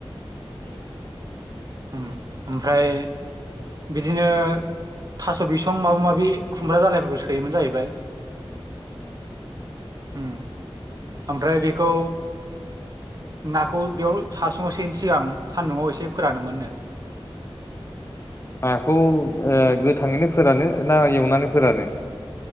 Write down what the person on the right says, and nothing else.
उम ओमफ्राय बिदिनो थास' बिसं माबा माबि बि खुमब्रा जालायफोरखौ सोयोमोन जाहैबाय
उम ओमफ्राय बेखौ नाखौ बेयाव हासुंआव सोयिनि सिगां सान्दुआव एसे फोरानोमोननो